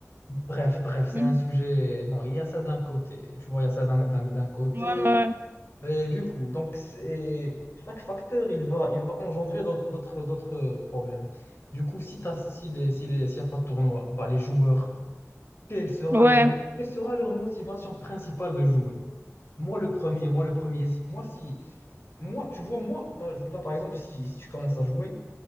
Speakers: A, on the left (about 45°); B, on the right (about 45°).
A: Bref, bref, c'est
B: Mhm.
A: un sujet... Bon, il y a ça d'un côté, tu vois, il y a ça d'un d'un- d'un côté.
B: Ouais, ouais.
A: Euh, du coup, donc, c'est... Chaque facteur, il va, il va engendrer d'aut- d'autres d'autres problèmes. Du coup, si t'as, si les, si les, s'il n'y a pas de tournoi, bah, les joueurs, quelle sera
B: Ouais. Ouais.
A: leur, mo- quelle sera leur motivation principale de jouer? Moi, le premier, moi, le premier, moi, si... Moi, tu vois, moi, là, je- là, par exemple, si, si je commence à jouer,